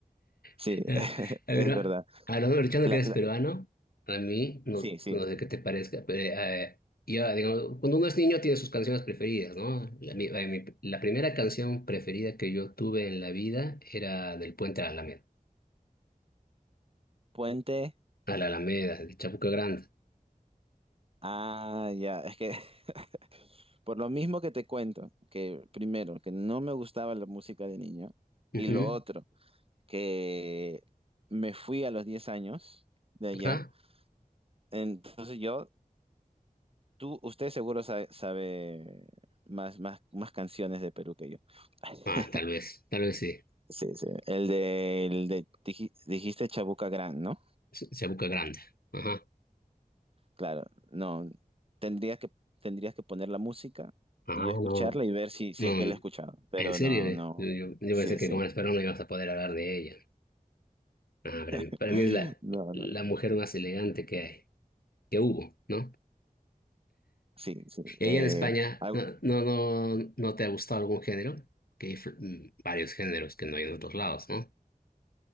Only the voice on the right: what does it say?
Sí,
<laughs>
es verdad.
La-
la-
sí, sí.
Puente.
Ah, ya. Es que <laughs> por lo mismo que te cuento, que primero, que no me gustaba la música de niño,
y lo otro, que me fui a los 10 años de allá.
Entonces yo, tú, usted seguro sabe, sabe más, más, más canciones de Perú que yo. <laughs>
Sí, sí. El de, el de dij- dijiste Chabuca Gran, ¿no?
Claro, no, tendrías que, tendrías que poner la música
y yo escucharla
y ver si, si
es que la he escuchado, pero
no,
no,
sí,
sí,
<laughs>
no,
no,
sí, sí.
eh,
algo-